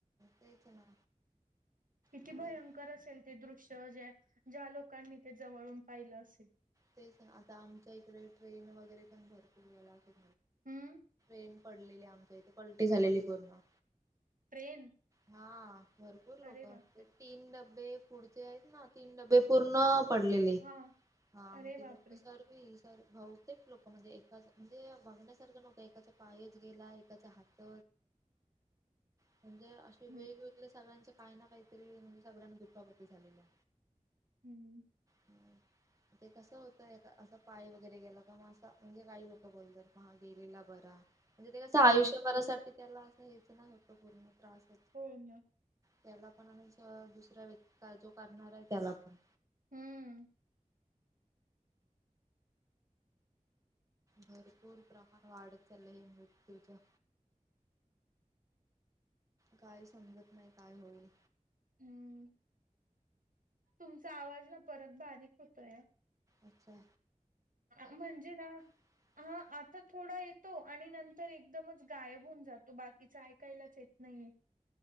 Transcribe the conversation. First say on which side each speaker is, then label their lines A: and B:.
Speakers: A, on the right; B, on the right.
A: तेच ना
B: किती
A: शाळेत
B: भयंकर असेल ते दृश्य जे आहे. ज्या लोकांनी ते जवळून पाहिलं असेल
A: तेच आता आमच्या इकडे ट्रेन वगैरे पण भरपूर गेला असेल.
B: हम्म
A: ट्रेन पडलेली आमच्या इथे पलटी झालेली पूर्ण.
B: ट्रेन?
A: हा, भरपूर लोक
B: अरे
A: होती
B: बापरे
A: तीन डब्बे पुढचे आहेत ना तीन डबे पूर्ण पडलेले
B: हा
A: हा मग
B: अरे
A: ते
B: बापरे
A: सर बहुतेक लोक म्हणजे एकाच म्हणजे बघण्यासारखं नव्हतं म्हणजे एकाचा पायच गेला एकाचा हात <inaudible> म्हणजे अशे
B: हम्म
A: वेगवेगळे सगळ्यांचे काही ना काहीतरी म्हणजे सगळ्यांना दुखापती झालेल्या
B: हम्म
A: <inaudible> ते कसं होतं एक असं पाय वगैरे गेला का म असं म्हणजे काही लोक बोलतात म हा गेलेला बरा म्हणजे ते कसं आयुष्यभरासाठी
B: हम्म
A: त्याला असं हेच नाही होतं पूर्ण त्रास हो
B: हो ना
A: त्याला पण आणि दुसऱ्या व्यक्ती जो करणार आहे त्याला पण
B: हम्म
A: भरपूर प्रमाण वाढत चाललय हे मृत्यूच काय समजत नाही काय होईल.
B: हम्म तुमचा आवाज ना परत बारीक होतोय.
A: अच्छा!
B: म्हणजे ना
A: <unintelligible>
B: हा आता थोडा येतो आणि नंतर एकदमच गायब होऊन जातो बाकीच ऐकायलाच येत नाहीये.